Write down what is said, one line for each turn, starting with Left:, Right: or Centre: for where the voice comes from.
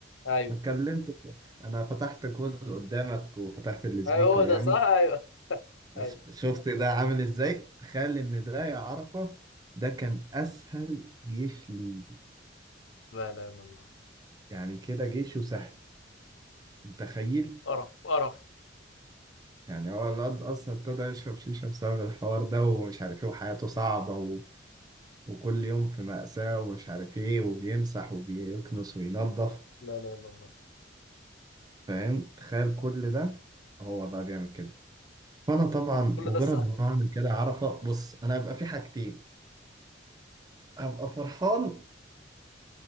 Left: ايوه
Right: ما اتكلمت انا فتحت كل قدامك وفتحت السبيكر
Left: ايوه هو ده
Right: يعني
Left: صح ايوه ايوه
Right: ش- شفت ده عامل ازاي تخيل ان ده يا عرفه ده كان اسهل جيش لي
Left: لا لا لا الله
Right: يعني كده جيشه سهل متخيل
Left: قرف قرف
Right: يعني هو الواد اصلا ابتدى يشرب شيشه بسبب الحوار ده ومش عارف ايه وحياته صعبه و... وكل يوم في مأساة ومش عارف ايه وبيمسح وبيكنس وينظف
Left: لا لا لا الله
Right: فاهم تخيل كل ده هو بقى بيعمل كده فانا طبعا مجرد
Left: كل ده سهل
Right: ما اعمل كده عرفه بص انا هبقى في حاجتين هبقى فرحان